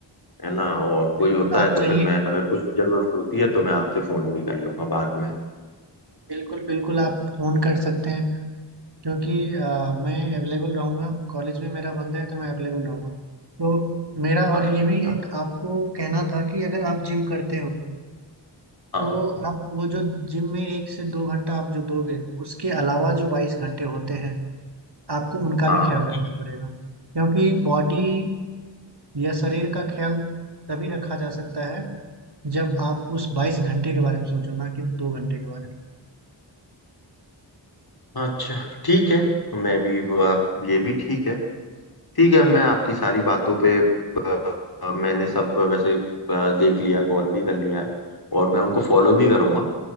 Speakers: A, on the left (about 55°); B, on the right (about 60°).
A: है ना और कोई
B: बिल्कुल
A: होता
B: आप
A: है
B: जाइए
A: तो फिर मैं अगर कुछ जरूरत होती है तो मैं आपसे फोन भी कर लूंगा बाद में
B: बिल्कुल बिल्कुल आप फोन कर सकते हैं क्योंकि अ, मैं अवेलेबल रहूँगा कॉलेज भी मेरा बंद है तो मैं अवेलेबल रहूँगा तो मेरा
A: हाँ,
B: और
A: अच्छा
B: ये भी
A: अच्छा
B: एक आपको कहना था कि अगर आप जिम करते हो
A: हाँ
B: तो आप वो जो जिम में एक से दो घंटा आप जो दोगे उसके अलावा जो बाईस घंटे होते हैं आपको उनका
A: हाँ
B: भी ख्याल रखना पड़ेगा क्योंकि बॉडी या शरीर का ख्याल तभी रखा जा सकता है जब आप उस बाईस घंटे के बारे में सोचो ना कि दो घंटे के बारे में
A: अच्छा ठीक है मैं भी वो आप ये भी ठीक है ठीक है मैं आपकी सारी बातों पे अ, मैंने सब वैसे अ, देख लिया गौर भी कर लिया है और मैं उनको फॉलो भी करूंगा